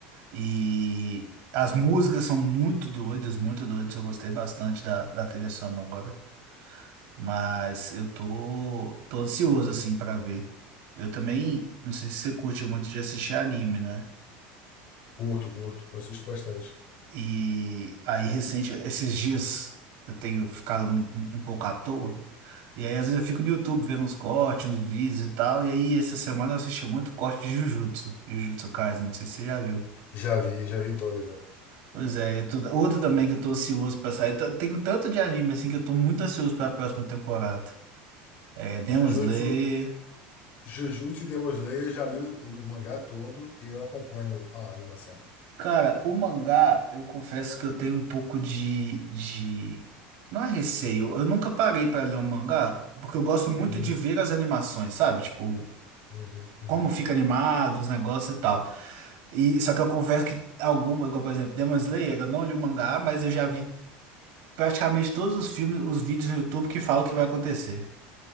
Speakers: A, on the right; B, on the left.
A: e as músicas são muito doidas, muito doidas. Eu gostei bastante da, da trilha sonora, mas eu tô, tô ansioso, assim, pra ver. Eu também, não sei se você curte muito de assistir anime, né?
B: Curto, curto. Assisto bastante.
A: E aí, recente, esses dias eu tenho ficado muito, um um pouco à toa. E aí, às vezes, eu fico no YouTube vendo uns cortes, uns vídeos e tal. E aí, essa semana eu assisti muito corte de Jujutsu, Jujutsu Kaisen, não sei se você já viu.
B: Já vi, já vi toda já.
A: Pois é, eu tô, outra também que eu tô ansioso pra sair. T- Tem tanto de anime assim que eu tô muito ansioso pra próxima temporada. É Demon
B: Jujutsu,
A: Slayer,
B: Jujutsu e Demon Slayer, eu já li o, o mangá todo e eu acompanho a animação.
A: Cara, o mangá, eu confesso que eu tenho um pouco de, de... Não é receio, eu nunca parei pra ler um mangá, porque eu gosto muito
B: Uhum,
A: de ver as animações, sabe? Tipo,
B: uhum, uhum.
A: como fica animado, os negócios e tal. E, só que eu confesso que alguma, igual, por exemplo, Demon Slayer, eu não li o mangá, mas eu já vi praticamente todos os filmes, os vídeos no YouTube que falam o que vai acontecer.